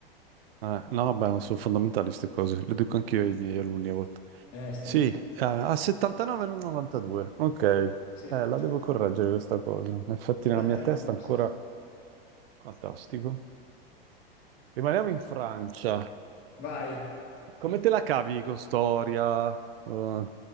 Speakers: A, on the right (about 75°); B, on the left (about 50°).
A: Eh, no, beh, ma sono fondamentali queste cose, le dico anch'io ai miei alunni a volte.
B: Eh sì,
A: Sì, eh, a 79 non 92. Ok, eh,
B: sì,
A: la
B: 89,
A: devo correggere questa cosa. Infatti
B: 89,
A: nella mia testa ancora
B: sì.
A: fantastico. Rimaniamo in Francia.
B: Vai,
A: Come te la cavi con storia, eh,